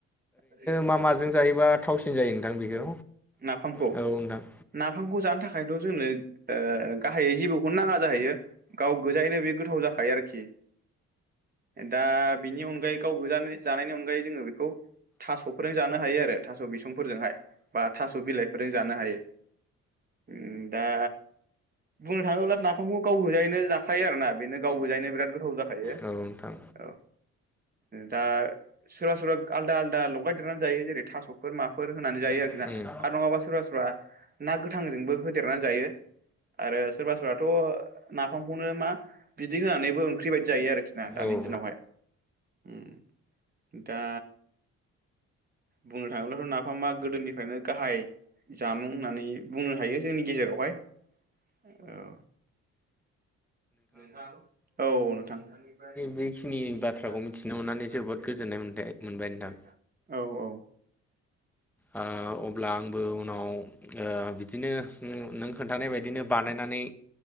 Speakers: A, on the right (about 30°); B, in the centre.
A: ओरैनो
B: मा माजों जायोबा थावसिन जायो नोंथां बेखौ
A: नाफामखौ
B: औ नोंथां
A: नाफामखौ जानो थाखायथ' जोंनो गाहायै जेबौखौनो नाङा जाहैयो गाव गोजायैनो बे गोथाव जाखायो आरोखि दा बिनि अनगायै गाव गोजा जानायनि अनगायै जोङो बे खौ थास'फोरजों जानो हायो आरो थास' बिसंफोरजोंहाय बा थास' बिलाइफोरजों जानो हायो उम दा बुंनो थाङोब्ला नाफामखौ गाव गोजायैनो जाखायो आरोना बेनो गाव गोजायैनो बिराद गोथाव जाखायो
B: औ नोंथां
A: औ ओ दा सोरबा सोरबा दं आलदा आलदा लगायदेरनानै जायो जेरै थास'फोर माफोर होनानै जायो आरोखि
B: उम
A: ना
B: उम
A: आरो नङाबा सोरबा सोरबा ना गोथांजोंबो होदेरनानै जायो आरो सोरबा सोरबाथ' नाफामखौनो मा बिदै होनानैबो ओंख्रि बायदि जायो आरोखिना दानि
B: औ
A: दिनावहाय उम दा बुंनो थाङोब्लाथ' नाफामा गोदोनिफ्रायनो गाहाय जामुं होननानै बुंनो हायो जोंनि गेजेरावहाय औ नोंथां औ नोंथां नोंथांनिफ्राय
B: बेखिनि
A: बिखिनि बाथ्राखौ
B: मिथिनो
A: मिथिनोमोननै
B: मोननानै
A: जोबोद गोजोननाय
B: मोनथाय मोनबाय नोंथां
A: मोनबाय औ औ
B: ओ अब्ला आंबो उनाव ओ बिदिनो नों खोन्थानाय बायदिनो बानायनानै